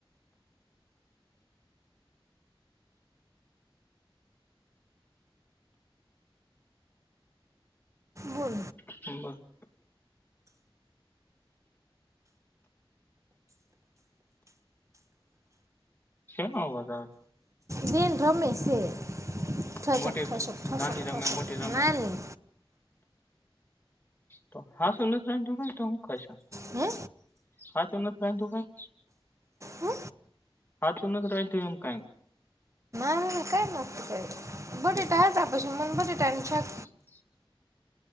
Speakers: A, on the right; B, on the left.
A: બોલ.
B: <unintelligible> સેનો અવાજ આવે.
A: દિન રમે સે <unintelligible>
B: મોટી રમ નાની રમે મોટી રમે
A: નાલી
B: તો હા સુનથરાય જો તો હું કરશો
A: હે
B: હા ત નથી પ્ર તું કઈ
A: હે?
B: હાચુ નહીં રાખ્યું એમ કાંઈ
A: કાઈ નથ કરૂ બટેેટા
B: ઠીક
A: હતા પછી મેં બટેેટા છાક
B: <inaudible>